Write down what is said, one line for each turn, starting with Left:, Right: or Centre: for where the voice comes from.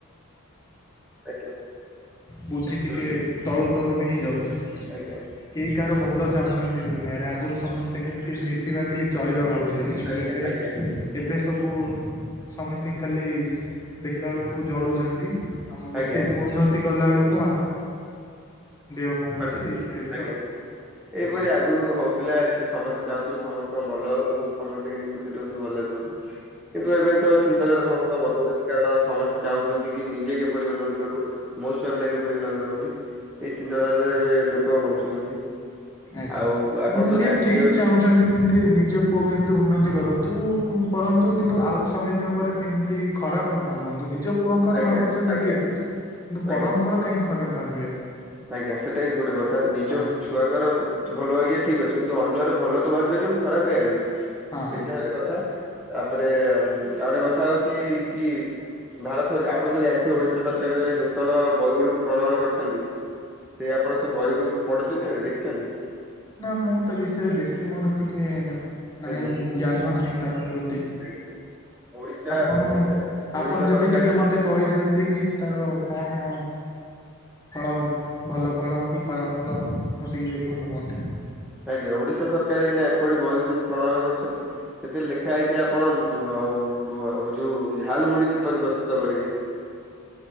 Centre: ଆଜ୍ଞା
Left: ବୁଦ୍ଧି ଟିକେ
Centre: ହୁଁ।
Left: ତଳ--ତଳକୁ ହିଁ ଯାଉଚି।
Centre: ଆଜ୍ଞା।
Left: କେହି କାହାର ଭଲ ଚାହୁଁ ନାହାନ୍ତି ଦୁନିଆରେ, ଆଗୁରୁ ସମସ୍ତେ କେମ୍ତି ମିଶି----ଚଳିବା ଭାବୁ କିନ୍ତୁ
Centre: ଆଜ୍ଞା
Left: ଏବେ
Centre: ଆଜ୍ଞା
Left: ଏବେ ସବୁ ସମ ଖାଲି, ଦେଖିଲା ଳକୁ ଜଳୁଚନ୍ତି। ଆଉ
Centre: ଆଜ୍ଞା
Left: ସେ ଉନ୍ନତି କଲା ଳକୁ ଦେହ କଣ ହେଉଛି
Centre: ଖଟୁଛି
Left: ଏଇ ଟାଇପ୍ର
Centre: ଆଜ୍ଞା।
Left: ଆଉ
Centre: ଏହିପରି
Left: ଆଜ୍ଞା
Centre: ଆଗରୁ ହଉଥିଲା କି ସମସ୍ତେ ଚାହୁଁଥିଲେ ସମସ୍ତଙ୍କ ଭଲ ହଉ ଏବଂ ସମସ୍ତେ କେ ଖୁସି ରୁହନ୍ତୁ ଭଲ ରୁହନ୍ତୁ କିନ୍ତୁ ଏବେ ତ ଚିନ୍ତାଧାରା ସମସ୍ତଙ୍କ ଭଲଡୁଛି କାରଣ ସମସ୍ତେ ଚାହୁଁଛନ୍ତି କି ନିଜେ କିପରି ଉନ୍ନତି କରୁ ମୋ ୁଆାମୀା କିପରି ଉନ୍ନତି କରନ୍ତି ଏଇ ଗାରରେ ଏବେ ଲୋକ ବଞ୍ଚୁଛନ୍ତି
Left: ଆଜ୍ଞା
Centre: ଆଉ ଆପଣ ତ
Left: ସେ
Centre: ଜାଣିଥିବେ
Left: ଠିକ୍ ଚାହୁଁଛନ୍ତି। ଏମିତି ନିଜ ପୁଅକୁ କେମିତି ଉନ୍ନତି କରନ୍ତୁ ପରନ୍ତୁ କିନ୍ତୁ ଆଉ ସମୀସ୍ତଙ୍କର କେମିତି? ଖରାପ ନ ଭାବନ୍ତୁ ନିଜ ପୁଅଙ୍କର
Centre: ଆଜ୍ଞା
Left: ଭାବୁଛନ୍ତି
Centre: ଆଜ୍ଞା
Left: ଠିକ୍ ଅଛି କିନ୍ତୁ
Centre: ଆଜ୍ଞା।
Left: ପରଙ୍କର କାଇହିଁ ଖରାପ ଭାବିବା।
Centre: ଆଜ୍ଞା ସେଟା ଗୋଟେ କଥା ନିଜ
Left: ହଁ
Centre: ଛୁ ଛୁଆଙ୍କର ଭଲ ଭାହିବା ଠିକ୍ ଅଛି କିନ୍ତୁ ଅନ୍ୟର ଭଲ ତ ଭାବି ପାରିବନି ଖରାପ ଭାବିବି
Left: ହଁ।
Centre: ସେଇଟା ହେଲେ କଥା ତାପରେ ଆଉ ଉଁ ଗୋଟେ କଥା ହଉଚ କି? ଭାରତ ସରକା ଆପଣ ତ ଜାଣିଥିବେ ଓଡିଶା ସରକାର ଯୋଉ ନୂତନ ବହିଗୁଡି଼କୁ ପ୍ରଣୟନ କରିଛନ୍ତି। ସେ ଆପଣ ସେ ବୟଉଡରୁ ପଢିଛନ୍ତି ଆଉ ଦେଖିଛନ୍ତି।
Left: ନା ମୁଁ ତା ବିଷୟରେ ବେଶୀ ମୋର ଟିକେ ନାହିଁ
Centre: ଆଜ୍ଞା।
Left: ଜ୍ଞାନ ନାହିଁ ତା ପ୍ରତି
Centre: ଆଜ୍ଞା ଓଡିଶା
Left: ଆପଣ
Centre: ଓଡିଶା
Left: ଆପଣ
Centre: ଓଡିଶା
Left: ଯଦି
Centre: ସରକାର
Left: ଟିକେ ମତେ କହିଦିଅନ୍ତି କି ତାର କଣ ଫଳ ଭଲ ଫଳ କି ଖରାପ ଫଳ ମୁ ଟିକଏ ଭଲ ହୁଅନ୍ତି।
Centre: ଆଜ୍ଞା ଓଡିଶା ସରକାର ଏଇନା ଏପରି ବହି ଗୁଡିକୁ ପ୍ରଣୟନ କରୁଛନ୍ତି ସେଥିରେ ଲେଖା ହେଇଛି ଆପଣ ଅ ଯୋଉ ଝାଲ୍ ମୁଢି କିପରି ପ୍ରସ୍ତୁତ କରିବେ?